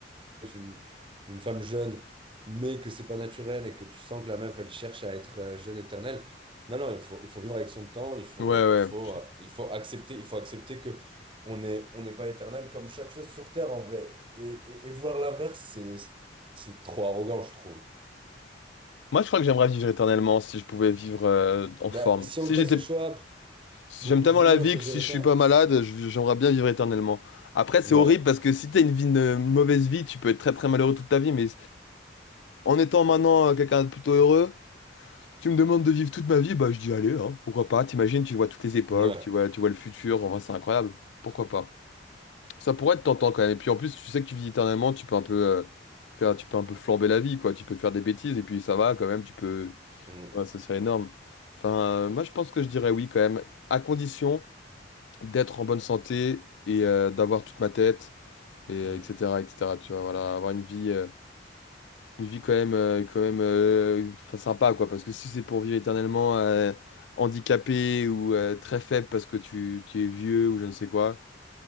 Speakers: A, on the right (about 30°); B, on the left (about 80°).
A: d'une, d'une femme jeune, mais que c'est pas naturel et que tu sens que la meuf, elle cherche à être euh, jeune éternelle. Non, non, il faut, il faut vivre avec son temps. Il faut,
B: Ouais, ouais.
A: il faut,
B: Je-
A: euh, il faut accepter, il faut accepter que on est, on n'est pas éternel comme chaque chose sur Terre, en vrai. Et, et, et voir l'inverse, c'est, c'est trop arrogant, je trouve.
B: Moi, je crois que j'aimerais vivre éternellement si je pouvais vivre euh, en forme.
A: Bah, si
B: Si
A: on me
B: j'étais...
A: laisse le choix,
B: si
A: beaucoup
B: J'aime tellement
A: d'humains
B: la vie
A: choisiraient
B: que si je
A: ça.
B: suis pas malade, je- j'aimerais bien vivre éternellement. Après, c'est
A: Ouais,
B: horrible parce que si t'as une vie, une, une mauvaise vie, tu peux être très très malheureux toute ta vie. Mais en étant maintenant euh, quelqu'un de plutôt heureux, tu me demandes de vivre toute ma vie, bah je dis allez, hein, pourquoi pas? T'imagines, tu vois toutes les époques,
A: ouais.
B: tu vois, tu vois le futur, en vrai, c'est incroyable. Pourquoi pas? Ça pourrait être tentant quand même. Et puis en plus, tu sais que tu vis éternellement, tu peux un peu euh, faire, tu peux un peu flamber la vie, quoi. Tu peux faire des bêtises et puis ça va quand même. Tu peux,
A: Mm,
B: ouais, ça serait énorme. Enfin, euh, moi je pense que je dirais oui quand même, à condition d'être en bonne santé et euh, d'avoir toute ma tête et euh,
A: mm.
B: etc. etc. Tu vois, voilà, avoir une vie, euh, une vie quand même, euh, quand même, euh, enfin, sympa, quoi. Parce que si c'est pour vivre éternellement euh, handicapé ou euh, très faible parce que tu, tu es vieux ou je ne sais quoi.